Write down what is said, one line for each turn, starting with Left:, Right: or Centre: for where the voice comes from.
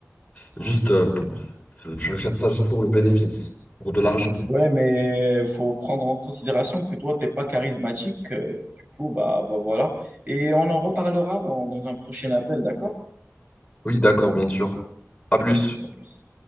Left: juste, euh, p- tu veux faire ça juste pour le bénéfice, pour de l'argent.
Right: Ouais, mais faut prendre en considération que toi, t'es pas charismatique. euh, Du coup, bah, bah voilà. Et on en reparlera dans, dans un prochain appel, d'accord?
Left: Oui, d'accord, bien sûr. À plus.
Right: À plus.